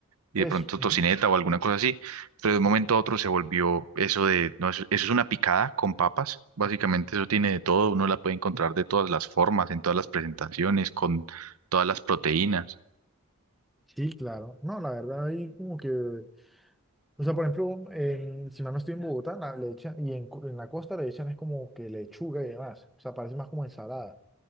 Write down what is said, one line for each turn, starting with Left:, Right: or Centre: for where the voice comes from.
Right: y
Centre: eso.
Right: de pronto tocineta
Centre: ujú.
Right: o alguna cosa así, pero de un momento a otro se volvió eso de, no, eso, eso es una picada con papas, básicamente eso tiene de todo, uno la puede encontrar de todas las formas, en todas las presentaciones, con todas las proteínas.
Centre: Sí, claro. No, la verdad, ahí como que, o sea, por ejemplo, en- si mal no estoy en Bogotá, la, le echan, y en, co- en la costa le echan es como que lechuga y demás, o sea, parece más como ensalada.